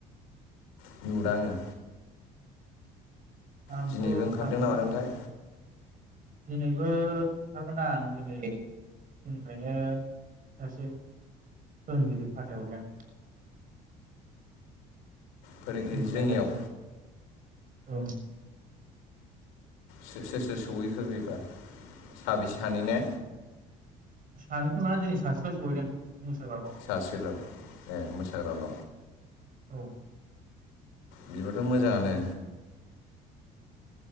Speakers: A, on the left (about 85°); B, on the right (about 50°).
A: <unintelligible>
B: आदसा
A: आङो
B: आंथ'
A: दिनैबो ओंखारदों
B: थांदोंमोन
A: ना मादोंथाय
B: दिनै बो थांगोनदां दिनै जनिफ्रायनो सासे फोरोंगिरि फाथायहरदों आं
A: फोरोंगिरि
B: थिनहरनाय
A: जोंनियाव
B: जाबाय आरो औ
A: सोर सोर सहैखो बेबा साबै सानै ने
B: <unintelligible> खोमा दिनै सासेल' सहैदों मोसाग्राखौ
A: सासेल' ए मोसाग्राल'
B: औ
A: बिबोथ' मोजाङानो